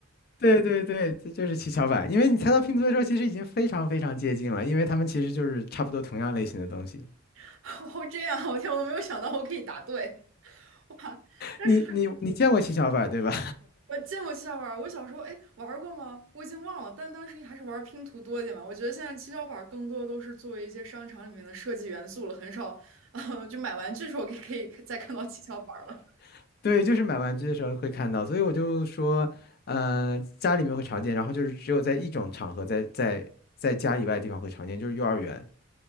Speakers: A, on the left; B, on the right.
A: 对对对，这就是七巧板。因为你猜到拼图的时候，其实已经非常非常接近了，因为它们其实就是差不多同样类型的东西。
B: <laughs> 哦，这样，我天，我都没有想到我可以答对。<laughs> 哇，但是
A: 你你你见过七巧板对吧？
B: 我见过七巧板儿我小时候哎玩儿过吗？我已经忘了，但当时还是玩儿拼图多一点嘛。我觉得现在七巧板儿更多都是作为一些商场里面的设计元素了，很少，<laughs> 啊，就买玩具的时候可以可以再看到七巧板儿了。
A: <laughs> 对，就是买玩具的时候会看到，所以我就说，嗯、家里面会常见，然后就是只有在一种场合在，在在家以外的地方会常见，就是幼儿园。